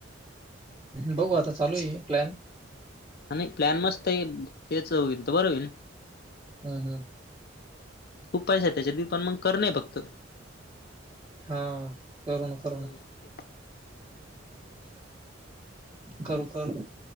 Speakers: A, on the right (about 25°); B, on the left (about 55°).
A: बघू आता चालूय प्लॅन.
B: आणि नाही प्लॅन मस्तय, तेच होईन तर बर होईल
A: हं हं.
B: खूप पैसा त्याच्यात, मी पण मग कर नाही फक्त.
A: हा, करू ना करु
B: हो
A: ना.
B: तेच
A: करू, करू.